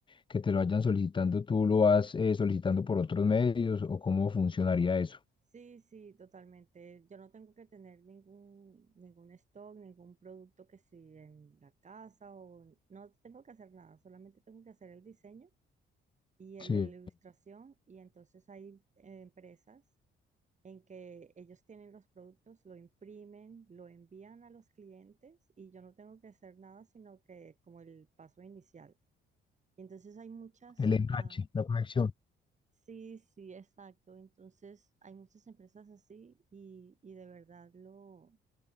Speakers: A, on the left; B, on the right.
A: que te lo vayan solicitando tú lo vas eh, solicitando por otros medios o cómo funcionaría eso.
B: Sí, sí, totalmente. Yo no tengo que tener ningún, ningún stock, ningún producto que sí en la casa o no tengo que hacer nada, solamente tengo que hacer el diseño y el-
A: Sí,
B: la ilustración y entonces hay eh, empresas en que ellos tienen los productos, lo imprimen, lo envían a los clientes y yo no tengo que hacer nada, sino que como el paso inicial. Y entonces hay muchas...
A: el enganche,
B: ah
A: la conexión.
B: Sí, sí, exacto. Entonces, hay muchas empresas así y, y de verdad lo,